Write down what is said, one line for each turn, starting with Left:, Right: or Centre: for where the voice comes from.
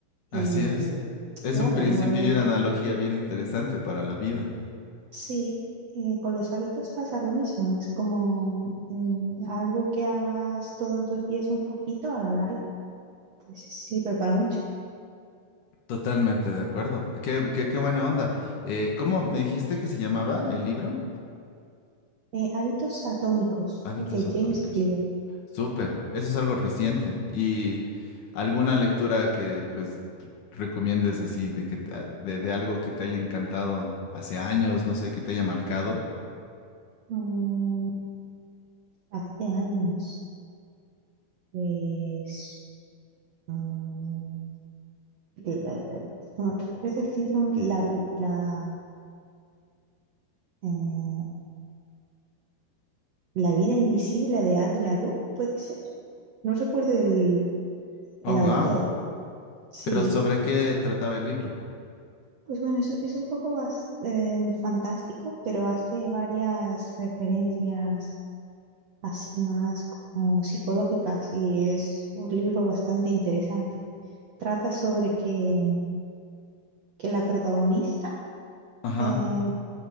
Left: Así
Right: Y
Left: es. Es
Right: claro,
Left: un principio
Right: igualmente,
Left: y una analogía bien interesante para la vida.
Right: sí, eh, con los hábitos pasa lo mismo. Es como mm, algo que hagas todos los días un poquito a la larga, pues sirve para mucho.
Left: Totalmente de acuerdo. Qué, qué, qué buena onda. Eh, ¿cómo me dijiste que se llamaba el libro?
Right: Eh, hábitos atómicos
Left: Hábitos
Right: de
Left: atómicos.
Right: James Clear.
Left: Súper. Eso es algo reciente. ¿Y alguna lectura que pues recomiendes así de que te- de, de algo que te haya encantado hace años, no sé, que te haya marcado?
Right: Mm, hace años, pues... mm, que la- no recuerdo el título, la, vi- la, eh, La vida invisible de Adi LaRue, puede ser. No recuerdo el, el
Left: Oh, wow.
Right: autor. Sí,
Left: Pero ¿sobre qué trataba el libro?
Right: pues bueno, es, es un poco bas- eh, fantástico, pero hace varias referencias así más como psicológicas y es un libro bastante interesante. Trata sobre que, que la protagonista
Left: Ajá.
Right: eh,